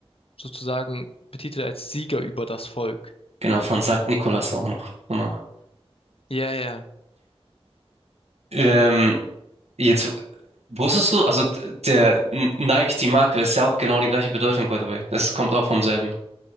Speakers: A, on the left; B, on the right.
A: sozusagen betitelt als Sieger über das Volk.
B: genau, von Sankt Nikolaus auch noch, danach.
A: Ja, ja.
B: Ähm, jetzt, wusstest du, also d- der N- Nike, die Marke, ist ja auch genau die gleiche Bedeutung, by the way, das kommt auch vom selben,